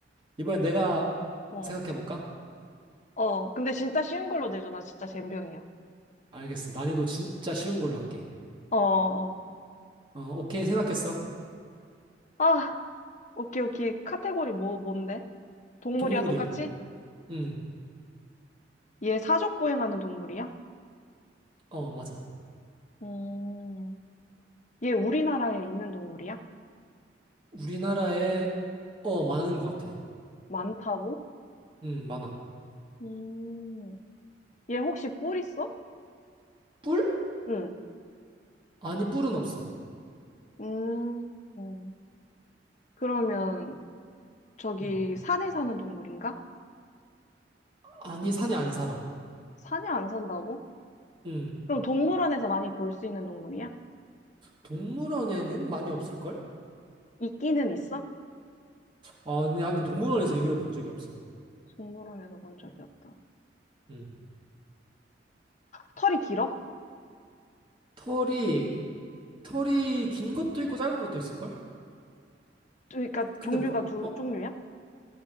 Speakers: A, on the right; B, on the left.
A: 이번엔 내가
B: 어.
A: 생각해볼까?
B: 어, 근데 진짜 쉬운 걸로 내줘. 나 진짜 젬병이야.
A: 알겠어. 난이도 진짜 쉬운 걸로 할게.
B: 어, 어.
A: 어, 오케이. 생각했어.
B: 아, 오케이, 오케이. 카테고리 뭐, 뭔데? 동물이야,
A: 동물이야.
B: 똑같이?
A: 응.
B: 얘 사족 보행하는 동물이야?
A: 어, 맞아.
B: 음, 얘 우리나라에 있는 동물이야?
A: 우리나라에, 어, 많은 것 같아.
B: 많다고?
A: 응, 많아.
B: 음, 얘 혹시 뿔 있어?
A: 뿔?
B: 응.
A: 아니, 뿔은 없어.
B: 음, 음. 그러면 저기
A: 응.
B: 산에 사는 동물인가?
A: 아니, 산에 안 살아.
B: 산에 안 산다고?
A: 응.
B: 그럼 동물원에서 많이 볼 수 있는 동물이야?
A: 동물원에는 많이 없을걸?
B: 있기는 있어?
A: 아, 근데 나는 동물원에서 이걸 본 적이 없어.
B: 동물원에서 본 적이 없다.
A: 응.
B: 털이 길어?
A: 털이, 털이 긴 것도 있고 짧은 것도 있을걸?
B: 그러니까
A: 근데,
B: 종류가
A: 보,
B: 두
A: 어,
B: 종류야?